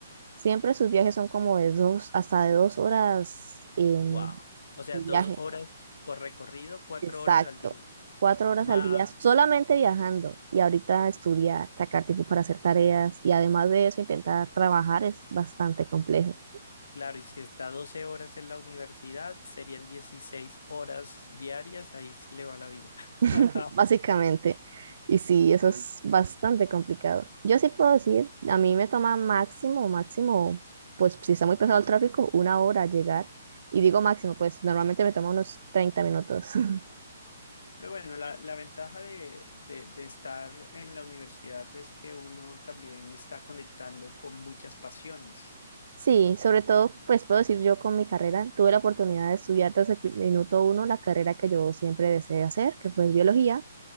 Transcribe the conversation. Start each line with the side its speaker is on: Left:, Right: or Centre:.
Right: siempre sus viajes son como de dos, hasta de dos horas eh,
Left: wow, o sea,
Right: de
Left: dos
Right: viaje.
Left: horas por recorrido, cuatro
Right: Exacto.
Left: horas al día,
Right: Cuatro horas
Left: más
Right: al día Wow. solamente viajando y ahorita estudiar, sacar tiempo para hacer tareas y además de eso intentar trabajar es bastante complejo,
Left: Claro, y si está 12 horas en la universidad, serían 16 horas diarias, ahí se le va la vida. <laughs>
Right: <laughs> básicamente. Y sí, eso
Left: Sí.
Right: es bastante complicado. Yo sí puedo decir, a mí me toma máximo, máximo, pues si está muy pesado el tráfico, una hora llegar. Y digo máximo, pues normalmente me toma unos 30 minutos. <laughs>
Left: Pero bueno, la, la ventaja de, de- de estar en la universidad es que uno también está conectando con muchas pasiones.
Right: Sí, sobre todo, pues puedo decir yo con mi carrera, tuve la oportunidad de estudiar desde el pri- minuto uno la carrera que yo siempre deseé hacer, que fue biología,